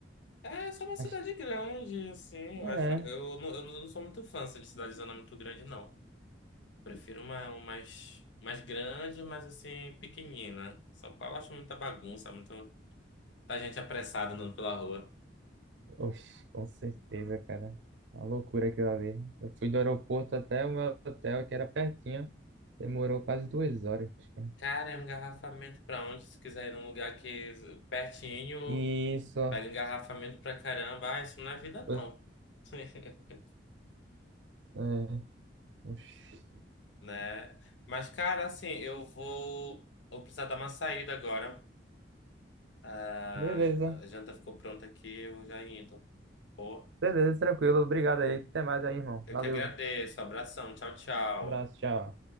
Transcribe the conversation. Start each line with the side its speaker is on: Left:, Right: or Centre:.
Left: É só uma cidade
Right: Acho...
Left: grande, assim.
Right: É,
Left: Eu acho, eu, não- eu não sou muito fã assim, de cidade zona muito grande, não. Prefiro uma, uma mais, mais grande, mas assim, pequenina. São Paulo eu acho muita bagunça, muito, muita gente apressada andando pela rua.
Right: oxe, com certeza, cara. É Uma loucura aquilo ali. Eu fui do aeroporto até o meu hotel, que era pertinho. Demorou quase duas horas, cara.
Left: Cara, é um engarrafamento pra onde? Se quiser ir num lugar que pertinho,
Right: E Isso. ó.
Left: pega engarrafamento pra caramba. Ah, isso não é vida,
Right: Pois-
Left: não. <laughs>
Right: É, oxe.
Left: Né? Mas, cara, assim, eu vou, vou precisar dar uma saída agora. A
Right: Beleza.
Left: janta ficou pronta aqui, eu já indo. Pô,
Right: Beleza, tranquilo. Obrigado aí. Até mais aí, irmão.
Left: eu
Right: Valeu.
Left: que agradeço. Abração, tchau, tchau.
Right: Abraço, tchau.